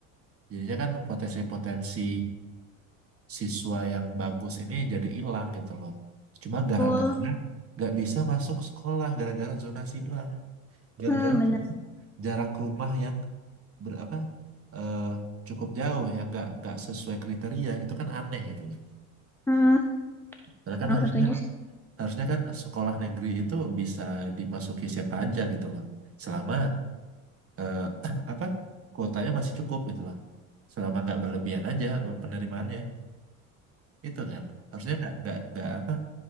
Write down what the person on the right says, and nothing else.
Jadinya kan potensi-potensi siswa yang bagus ini jadi hilang gitu loh. Cuma gara-gara
nggak bisa masuk sekolah gara-gara zonasi doang. Gara-gara
cuma jarak rumah yang berapa eh cukup jauh ya nggak nggak sesuai kriteria itu kan aneh gitu loh.
Karena
kan harusnya
harusnya kan sekolah negeri itu bisa dimasuki siapa aja gitu loh. Selama eh, <clears throat> apa kuotanya masih cukup gitu loh. Selama nggak berlebihan aja penerimaannya itu kan harusnya nggak nggak nggak apa